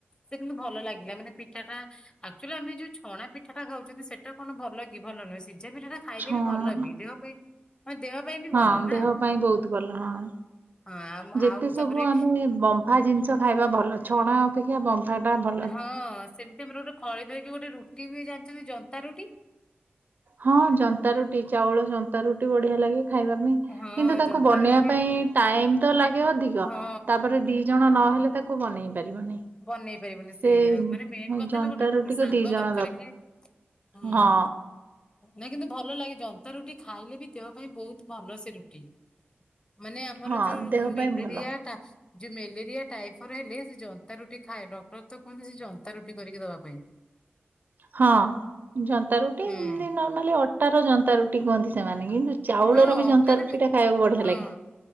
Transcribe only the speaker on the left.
ସେ କିନ୍ତୁ ଭଲ ଲାଗିଲା ମାନେ ପିଠା ଟା ଆକ୍ଚୁଆଲି ଆମେ ଯୋଉ ଛଣା ପିଠା ଟା ଖାଉଚନ୍ତି ସେଟା କଣ ଭଲ କି ଭଲ ନୁହଁ ସିଝା ପିଠା ଟା ଖାଇଲେ
ବି ଭଲ ହେବି ଦେହ ପାଇଁ ମାନେ ଦେହ ପାଇଁ ବି
ଭଲ ନା।
ହଁ
ଆଉ
ତାପରେ
ହଁ ସେମିତି ଆମର ଗୋଟେ ଖଳି ଧରକି ଗୋଟେ ରୁଟି ବି ଜାଣିଛନ୍ତି ଜନ୍ତା ରୁଟି।
ହଁ
ଜନ୍ତା
ରୁଟି ବି
ହଁ
ବନେଇ ପାରିବନି
ସେୟା ଆଉ ମାନେ ମେନ୍ କଥା
ହେଲା ଗୋଟେ
ସାଙ୍ଗ
ଦରକାର କି ହୁଁ।
ନାଇ କିନ୍ତୁ ଭଲ ଲାଗିଥା ନ୍ତା ଜନ୍ତା ରୁଟି ମାନେ ଆମର
ଯୋଉ
ମ୍ୟାଲେରିଆ
ଟା ଯୋଉ ମ୍ୟାଲେରିଆ ଟାଇଫର ହେଲେ ସେ ଜ ନ୍ତା ରୁଟି ଖାଏ ଡକ୍ଟର ତ କୁହନ୍ତି ସେ ଜନ୍ତା ରୁଟି କରିକି ଦବା ପାଇଁ।
ହୁଁ।
ହଁ ଅଟାରେ
ବି
ହଁ